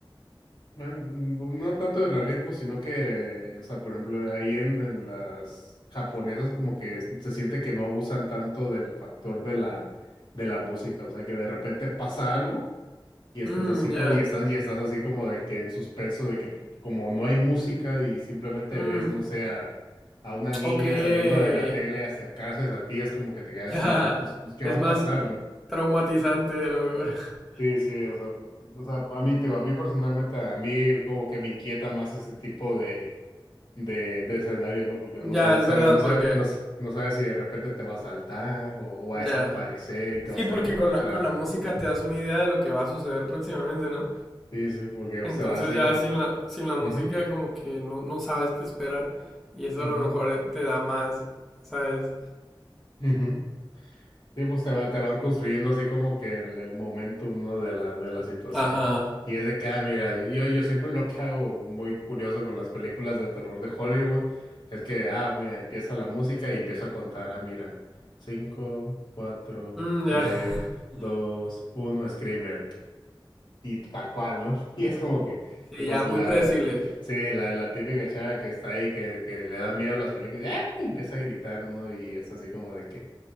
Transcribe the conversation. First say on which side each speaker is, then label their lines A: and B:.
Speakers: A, on the left; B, in the centre.
A: Bueno, no, no tanto de realismo, sino que, o sea, por ejemplo, ahí en, en las japonesas como que s- se siente que no abusan tanto del factor de la, de la música, o sea, que de repente pasa algo y estás
B: Mmm,
A: así,
B: ya.
A: co- y estás, y estás así como de que en suspenso, de que pues, como no hay música y simplemente
B: Mmm,
A: ves, no sé, a, a una niña
B: ok. <laughs>
A: saliendo de la tele acercarse a ti, es como que te quedas
B: Ya.
A: así, no, pues, pues, ¿qué
B: Es
A: va a
B: más
A: pasar?
B: traumatizante, a lo mejor. <laughs>
A: Sí, sí, o sea, o sea, a mí, te digo, a mí personalmente, a mí como que me inquieta más ese tipo de, de, de escenarios, ¿no? Porque no,
B: Ya,
A: sa- no
B: es
A: sabes,
B: verdad,
A: no
B: porque.
A: sabes, no, s- no sabes si de repente te va a saltar o, o va
B: Ya.
A: a desaparecer y te
B: Sí,
A: va a salir
B: porque
A: por
B: con
A: atrás.
B: la, con la música te das una idea de lo que va a suceder próximamente, ¿no?
A: Sí, sí, porque
B: Entonces
A: se va así
B: ya
A: como
B: sin
A: que.
B: la, sin la música
A: Ujú,
B: como que no, no sabes qué esperar y eso
A: ujú,
B: a lo mejor eh, te da más, ¿sabes?
A: ujú. Sí, pues te va, te van construyendo así como que el, el momentum, ¿no? De la, de la situación.
B: Ajá.
A: Y es de que, ah, mira, yo, yo siempre lo que hago muy curioso con las películas de terror de Hollywood es que, ah, mira, empieza la música y empiezo a contar, ah, mira, cinco, cuatro,
B: Mm,
A: tres,
B: ya. <laughs>
A: dos, uno, Screamer. Y tal cual, ¿no? <laughs> Y es como que,
B: Sí,
A: y pues
B: ya
A: la,
B: muy predecible.
A: la- la- sí, la, la típica chava que está ahí, que, que le da miedo las películas, y, ah, empieza a gritar, ¿no? Y es así como de que...